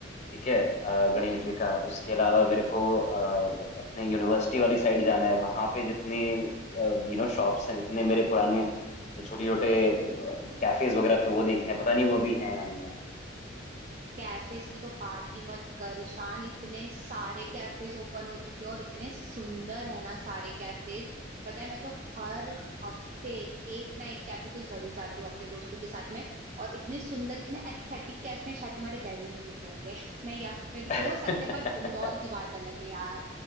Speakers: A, on the left; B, on the right.
A: ठीक है अ, गणेश जी का उसके अलावा मेरे को अ, अपने यूनिवर्सिटी वाली साइड जाना है वहां पे जितने यू नो शॉप्स हैं जितने मेरे पुराने जो छोटे छोटे कैफेज वगैरह थे वो देखने हैं। पता नहीं वो अभी हैं या नहीं
B: कैफेज की तो बात ही मत कर ईशान इतने सारे कैफेज ओपन हो चुके हैं और इतने सुंदर है ना सारे कैफेज पता है मैं तो हर हफ्ते एक ना एक कैफे तो जरूर जाती हूँ अपने दोस्तों के साथ में और इतने सुंदर इतने एस्थेटिक कैफे शायद तुम्हारे दिल्ली में भी होंगे <laughs> नहीं या फिर
A: है
B: हो सकते
A: <laughs>
B: बट इंदौर की बात अलग है यार